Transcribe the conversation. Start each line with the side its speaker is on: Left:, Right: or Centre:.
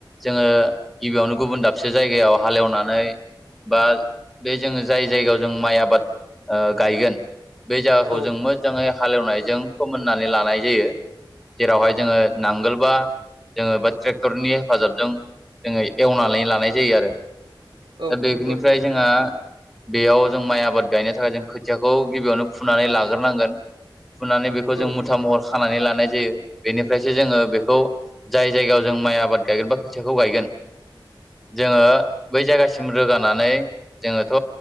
Centre: जोङो गिबियावनो गुबुन दाबसे जायगायाव हालेवनानै बा बे जोङो जाय जायगायाव जों माइ आबाद गायगोन बे जायगाखौ
Right: औ
Centre: जों मो जाङै हालेवनायजों फोमोननानै लानाय जायो जेराव जोङो नांगोल बा जोङो ट्रेक्टरनि हेफाजाबजों जोङो एवनानै लानाय जायो आरो
Right: औ
Centre: दा बेनिफ्राय
Right: नंगौ नंगौ
Centre: जोंहा बेयाव जों माइ आबाद गायनो थाखाय जों खोथियाखौ गिबियावनो फुनानै लाग्रोनांगोन। फुनानै बेखौ
Right: औ
Centre: जों मुथा महर खानानै लानाय जायो बेनिफ्रायसो जोङो बेखौ खौ जाय जायगायाव जों माइ आबाद गायगोन बा खोथियाखौ गायगोन जोङो बै जायगासिम रोगानानै जोङोथ'